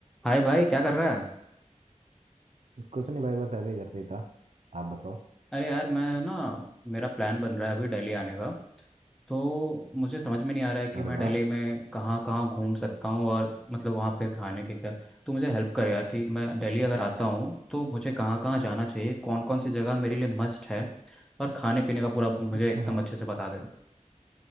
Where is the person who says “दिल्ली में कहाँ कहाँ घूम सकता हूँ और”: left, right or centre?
Centre